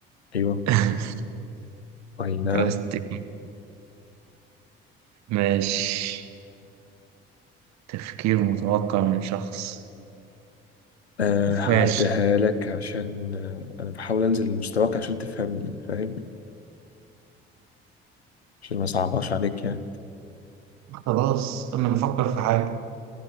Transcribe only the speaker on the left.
ايوه
اي
نعم
أه هعديها
لك عشان آه، انا بحاول انزل لمستواك عشان تفهمني فاهم عشان ما صعباش عليك يعني